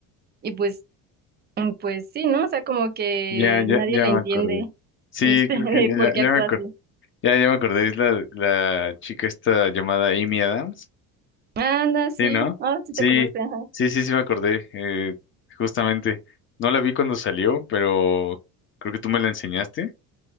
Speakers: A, on the right; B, on the left.
A: Y pues Mm, Pues sí, ¿no? O sea, como que
B: Ya, ya,
A: nadie
B: ya
A: le
B: me
A: entiende,
B: acordé. Sí,
A: este,
B: creo
A: <laughs>
B: que
A: de
B: ya,
A: por
B: ya,
A: qué
B: ya
A: actúa
B: me acordé.
A: así.
B: Ya, ya me acordé. Es la, la chica esta llamada Amy Adams.
A: Anda, sí.
B: Sí, ¿no?
A: Ah, sí
B: Sí,
A: te acordaste, ajá.
B: sí, sí, sí me acordé. Eh, justamente. No la vi cuando salió, pero creo que tú me la enseñaste.